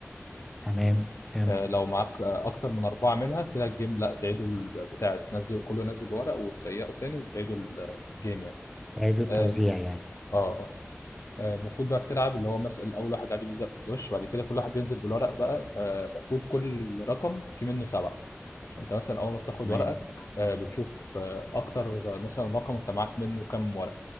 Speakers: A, in the centre; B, on the left (about 85°).
A: تمام فهمت
B: آه، لو معاك آه، اكتر من اربعه منها كده الجيم لا تعيدوا البتاع تنزل كله ينزل ورق وتسيقه تاني وتعيدوا ال- الجيم يعني
A: اعادة توزيع
B: اه
A: يعني
B: اه آه، آه، المفروض بقى بتلعب اللي هو مثلا اول واحد عادي بيبدا بالدوش بعد كده كل واحد بينزل بالورق بقى انت المفروض كل رقم في منه سبعه انت مثلا اول ما بتاخد
A: تمام
B: ورقك آه، بتشوف آه، اكتر آه، مثلا رقم انت معاك منه كام ورقه